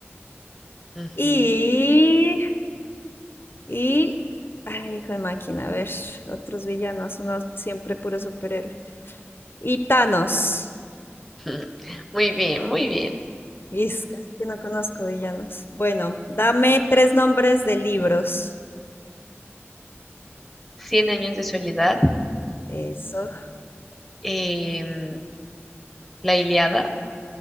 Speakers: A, in the centre; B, on the left.
A: Ujú,
B: y Y, ay, hijo de máquina, a ver, otros villanos, uno siempre puro superhéroe. Y Thanos.
A: <laughs> ujú. Muy bien, muy bien.
B: Y es casi que sí no conozco villanos. Bueno, dame tres nombres de libros.
A: Cien años de soledad,
B: Eso.
A: em, la Ilíada,